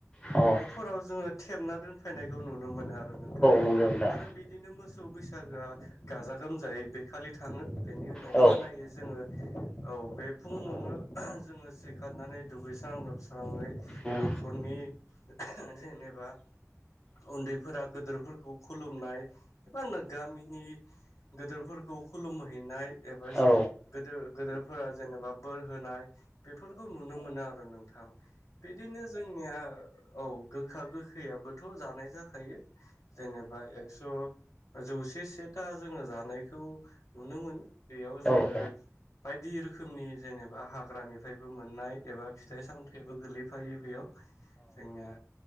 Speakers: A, on the left (about 15°); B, on the left (about 70°).
A: औ
B: फोराव जोङो थेबना दोनफैनायखौ नुनो मोनो आरो नोंथां
A: नंगौ नोंथां
B: आरो बिदिनो मोसौ। बैसागोआ गाजा गोमजायै बे खालि थाङो बेनि उनाव
A: औ
B: अखानायै
A: औ
B: जोङो औ। बे फुङावनो जोङो सिखारनानै दुगैस्रां लोबस्रांयै
A: औ औ
B: नखरनि। जेनेबा उन्दैफोरा गोदोरफोरखौ खुलुमनाय एबा गामिनि गदोरफोर- खौ खुलुमहैनाय एबा
A: औ
B: गोदो गोदोरफोरा जेनेबा बोर होनाय बेफोरखौ नुनो मोनो आरो नोंथां बिदिनो जोंनिया औ गोखा गोखैयाबोथ' जानाय जाखायो जेनेबा एकस' जौसे सेथा जोङो जानायखौ नुनो मोनो बेयाव जोङो
A: औ
B: बायदि रोखोमनि जेनेबा हाग्रानिफ्रायबो मोननाय एबा फिथाइ सामथाइबो गोलैफायो बेयाव <inaudible> जोंनिया